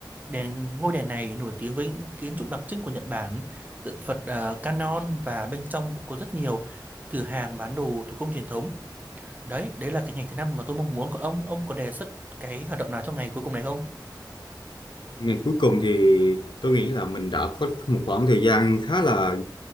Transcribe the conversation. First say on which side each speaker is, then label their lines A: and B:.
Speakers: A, on the right; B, on the left.
A: Đền ngôi đền này nổi tiếng với những kiến trúc đặc trưng của Nhật Bản, tượng Phật uh, Kannon và bên trong cũng có rất nhiều cửa hàng bán đồ thủ công truyền thống. Đấy, đấy là cái ngày thứ năm mà tôi mong muốn. Còn ông, ông có đề xuất cái hoạt động nào cho ngày cuối cùng này không?
B: Ngày cuối cùng thì tôi nghĩ là mình đã có một khoảng thời gian khá là